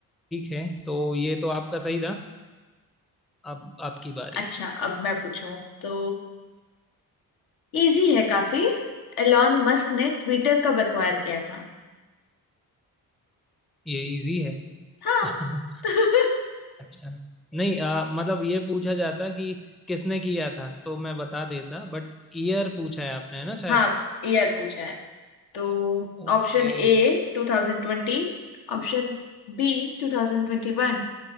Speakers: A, in the centre; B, on the left (about 80°).
A: ठीक है तो ये तो आपका सही था अब आपकी बारी
B: अच्छा अब मैं पूछूं तो इजी है काफी एलॉन मस्क ने ट्विटर कब एक्वायर किया था
A: ये इजी है
B: हाँ
A: <laughs>
B: <laughs>
A: अच्छा नहीं आ, मतलब ये पूछा जाता कि किसने किया था तो मैं बता देता बट ईयर पूछा है आपने है ना शायद
B: हाँ ईयर पूछा है तो
A: ओके
B: option A 2020 option B 2021